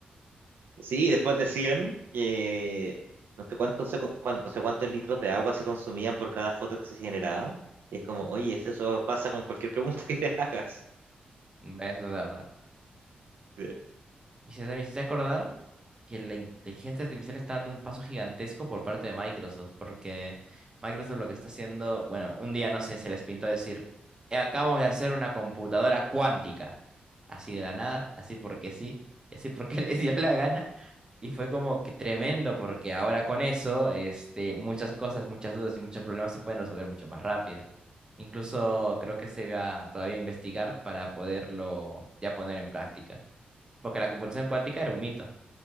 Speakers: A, on the right; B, on the right.
A: Sí, y después decían que no sé cuántos, se co- cuánto- no sé cuántos litros de agua se consumían por cada foto que se generaba. Y es como, oye, eso pasa con cualquier pregunta <laughs> que te hagas.
B: es verdad.
A: Sí.
B: Y se me hiciste acordar que la inteligencia artificial está dando un paso gigantesco por parte de Microsoft, porque Microsoft lo que está haciendo, bueno, un día no sé, se les pintó decir, "Eh, acabamos de hacer una computadora cuántica, así de la nada, así porque sí, <laughs> y así porque <laughs> les dio la gana, y fue como que tremendo, porque ahora con eso, este, muchas cosas, muchas dudas y muchos problemas se pueden resolver mucho más rápido. Incluso creo que se va todavía a investigar para poderlo ya poner en práctica, porque la computación cuántica era un mito